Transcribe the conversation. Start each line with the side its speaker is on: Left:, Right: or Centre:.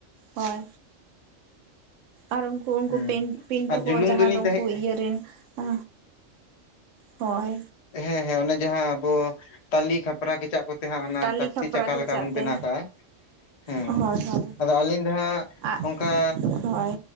Right: ᱦᱳᱭ ᱟᱨ ᱩᱝ ᱠᱩ ᱩᱱᱠᱩ
Left: ᱦᱩᱸ
Right: ᱯᱤᱱ ᱯᱤᱱᱴᱩ
Left: ᱟᱨ
Right: ᱠᱚ
Left: ᱡᱩᱞᱩᱝ
Right: ᱡᱟᱦᱟᱸ
Left: ᱫᱚᱞᱤᱧ
Right: ᱫᱚ
Left: ᱛᱟᱦᱮᱸ
Right: ᱩᱱᱠᱩ ᱤᱭᱟᱹ ᱨᱮᱱ ᱟ ᱦᱳᱭ᱾
Left: ᱦᱮᱸ ᱦᱮᱸ ᱚᱱᱮ ᱡᱟᱦᱟᱸ ᱟᱵᱚ ᱴᱟᱞᱤ ᱠᱷᱟᱯᱨᱟᱜ ᱠᱮᱪᱟᱜ ᱠᱚ ᱛᱮ ᱦᱟᱸᱜ ᱚᱱᱟ
Right: ᱴᱟᱞᱤ
Left: ᱪᱟᱹᱠᱛᱤ
Right: ᱠᱷᱟᱯᱨᱟ
Left: ᱪᱟᱠᱟ
Right: ᱠᱮᱪᱟᱜ
Left: ᱞᱮᱠᱟ ᱵᱚᱱ
Right: ᱛᱮ
Left: ᱵᱮᱱᱟᱣ ᱠᱟᱜᱼᱟ, ᱦᱮᱸ
Right: ᱦᱳᱭ ᱦᱳᱭ
Left: ᱟᱫᱚ ᱟᱹᱞᱤᱧ ᱫᱚ ᱦᱟᱸᱜ
Right: ᱟᱜ
Left: ᱚᱱᱠᱟ
Right: ᱦᱳᱭ